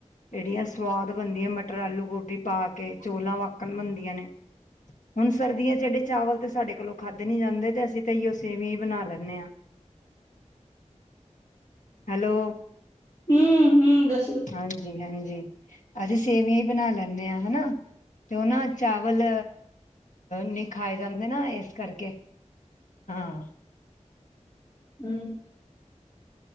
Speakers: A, on the left; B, on the left.
A: ਇਹੜੀਆਂ ਸਵਾਦ ਬਣਦੀਆਂ ਮਟਰ ਆਲੂ ਗੋਭੀ ਪਾ ਕੇ ਚੋਲਾਂ ਵਕਣ ਬਣਦੀਆਂ ਨੇ ਹੁਣ ਸਰਦੀਆਂ ਜਿਹਡੇ ਚਾਵਲ ਤੇ ਸਾਡੇ ਕੋਲੋਂ ਖਾਧੇ ਨੀ ਜਾਂਦੇ ਤੇ ਅਸੀਂ ਤਾਂ ਇਓ ਸੇਵਿਆ ਹੀ ਬਣਾ ਲੈਂਦੇ ਹਾਂ।
B: <unintelligible>
A: ਹੈਲੋ।
B: ਹੂ, ਹੂ।
A: ਹਾਂਜੀ, ਹਾਂਜੀ ਅਸੀਂ ਸੇਵੀਆਂ ਹੀ ਬਣਾ ਲੈਂਦੇ ਹਾਂ ਹਨਾ। ਤੇ ਉਹ ਨਾ ਚਾਵਲ ਨੀ ਖਾਏ ਜਾਂਦੇ ਨਾ ਇਸ ਕਰਕੇ ਹਾਂ।
B: ਹੂ।